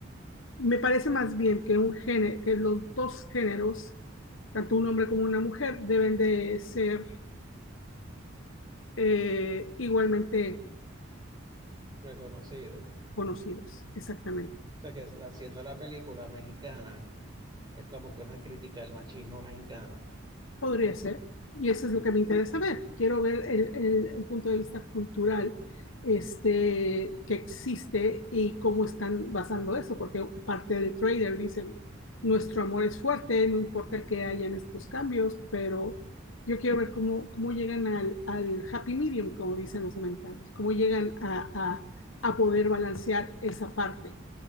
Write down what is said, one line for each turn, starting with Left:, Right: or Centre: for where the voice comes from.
Left: Me parece más bien que un género, que los dos géneros, tanto un hombre como una mujer, deben de ser eh, igualmente
Right: reconocido.
Left: conocidos, exactamente.
Right: O sea que la- siendo la película mexicana. Es como que una crítica del machismo mexicano.
Left: Podría ser. Y eso es lo que me interesa ver. Quiero ver el, el- el punto de vista cultural este, que existe y cómo están basando eso, porque parte del trailer dice, nuestro amor es fuerte, no importa que hayan estos cambios, pero yo quiero ver cómo, cómo llegan al, al happy medium, como dicen los americanos, cómo llegan a, a- a poder balancear esa parte.